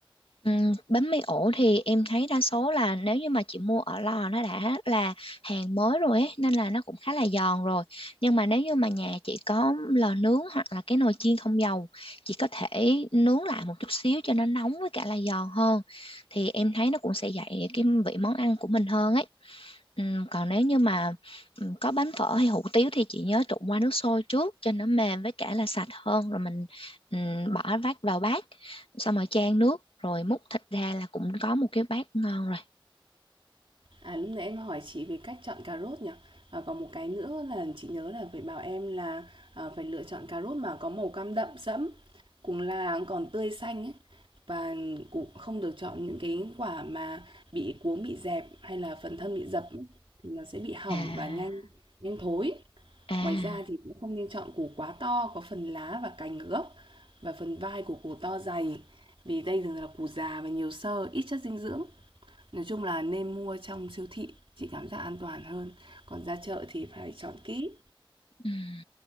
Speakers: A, on the left (about 80°); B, on the right (about 70°).
A: Ừm, bánh mì ổ thì em thấy đa số là nếu như mà chị mua ở lò nó đã là hàng mới rồi ấy, nên là nó cũng khá là giòn rồi. Nhưng mà nếu như mà nhà chị có lò nướng hoặc là cái nồi chiên không dầu, chị có thể nướng lại một chút xíu cho nó nóng với cả là giòn hơn. Thì em thấy nó cũng sẽ dậy cái vị món ăn của mình hơn ấy. Ừm, còn nếu như mà ừm, có bánh phở hay hủ tiếu thì chị nhớ trụng qua nước sôi trước cho nó mềm với cả là sạch hơn rồi mình ừm, bỏ vắt vào bát xong rồi chan nước rồi múc thịt ra là cũng có một cái bát ngon rồi
B: À, lúc nãy em hỏi chị về cách chọn cà rốt nhỉ? Ờ, còn một cái nữa là chị nhớ là phải bảo em là, ờ, phải lựa chọn cà rốt mà có màu cam đậm sẫm, cùng là còn tươi xanh ấy, và cũng không được chọn những cái quả mà bị cuống, bị dẹp hay là phần thân bị dập ấy, thì nó sẽ bị hỏng
A: à
B: và nhanh nhanh thối.
A: à
B: Ngoài ra thì cũng không nên chọn củ quá to, có phần lá và cành ở gốc và phần vai của củ to dày, vì đây thường là củ già và nhiều xơ, ít chất dinh dưỡng. Nói chung là nên mua trong siêu thị, chị cảm giác an toàn hơn, còn ra chợ thì phải chọn kỹ,
A: ừm,